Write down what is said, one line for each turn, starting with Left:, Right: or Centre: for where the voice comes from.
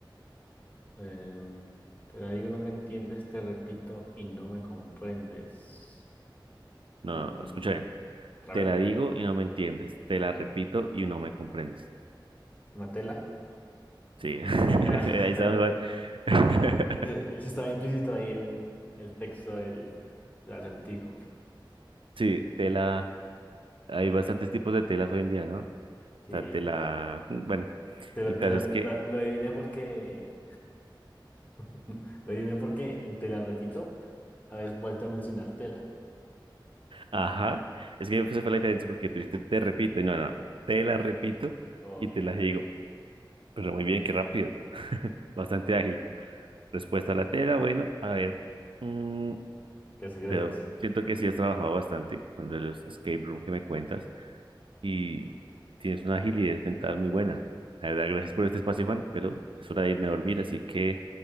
Left: Em, Te la digo, no me entiendes, te repito y no me comprendes.
Right: No,
Left: Un...
Right: escucha bien.
Left: A
Right: Te
Left: ver,
Right: la digo y no me entiendes. Te la repito y no me comprendes.
Left: una tela.
Right: Sí. <laughs>
Left: <laughs>
Right: Ahí está mejor. <laughs>
Left: Eh, Eso estaba implícito ahí en el texto del, del acertijo.
Right: Sí, tela. Hay bastantes tipos de telas hoy en día, ¿no? O
Left: Sí.
Right: sea, tela. Bueno,
Left: Te, lo,
Right: el caso
Left: te lo-
Right: es
Left: lo-
Right: que.
Left: lo adiviné porque. <laughs> Lo adiviné porque en te la repito, habéis vuelto a mencionar tela.
Right: Ajá. Es que esa fue la diferencia porque tú dijiste, te repito y no, no. no, Te la repito
Left: Ok.
Right: y te la digo. Pero muy bien, qué rápido. <laughs> Bastante ágil. Respuesta a la tela, bueno, a ver. mm,
Left: Gracias, gracias.
Right: pero siento que sí has trabajado bastante con lo de los escape room que me cuentas. y tienes una agilidad mental muy buena. La verdad, gracias por este espacio, Juan, pero es hora de irme a dormir, así que